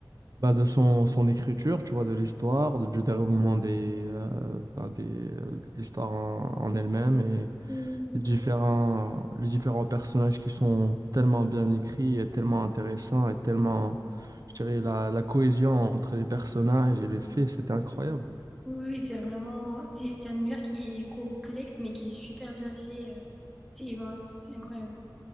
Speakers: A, on the right; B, in the centre.
A: bah, de son, son écriture, tu vois, de l'histoire, de- du déroulement des, euh, bah, des, euh, de l'histoire en, en elle-même et
B: Oui, oui,
A: les différents, les différents personnages qui sont tellement bien écrits et tellement intéressants et tellement, je dirais, la, la cohésion entre les personnages et les faits, c'était incroyable.
B: oui, oui, c'est vraiment. C'est c'est un univers qui est complexe, mais qui est super bien fait. euh. C'est voilà, c'est incroyable.